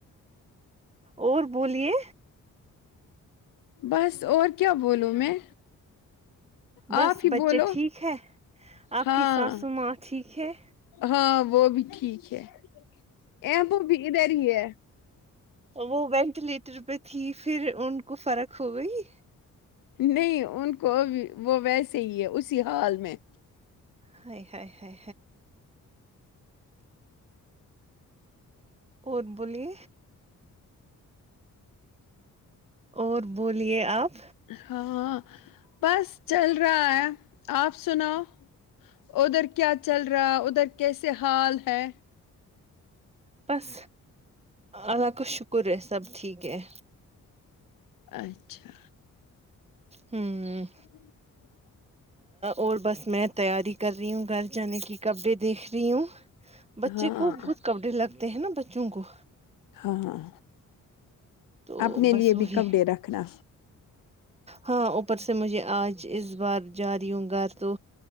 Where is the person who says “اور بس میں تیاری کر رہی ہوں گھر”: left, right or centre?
Right